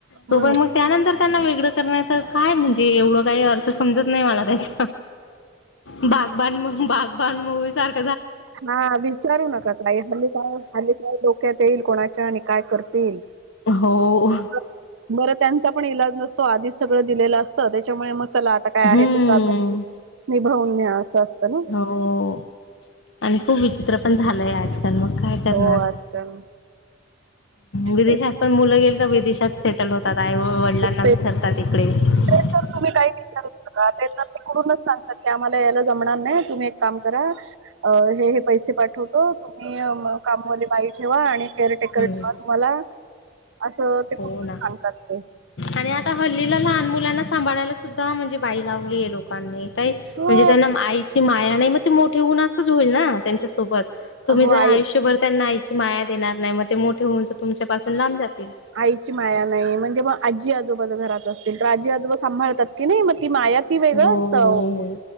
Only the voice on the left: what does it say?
तो
पण,
मग त्यानंतर त्यांना वेगळं करण्याचं काय, म्हणजे एवढं काही अर्थ समजत नाही मला काहीच <unintelligible>
हो
हम्म
हो आणि खूप विचित्र पण झालंय आजकाल. मग काय करणार?
विदेशात
पण मुलं गेली, तर विदेशात सेटल होतात. आई व वडिलांना
विसरता ते. <unintelligible>
हम्म
हो ना,
आणि आता हल्लीला लहान मुलांना सांभायला सुद्धा म्हणजे बाई लावली आहे. लोकांनी काही
म्हणजे त्यांना आईची माया नाही मग ते मोठे होवून असच होईल ना? त्याच्या सोबत तुम्ही
जर
आयुष्यभर त्यांना आईची चि माया देणार नाही मग, ते मोठे होवून तर तुमच्या पासून लांब जातील
हो
हो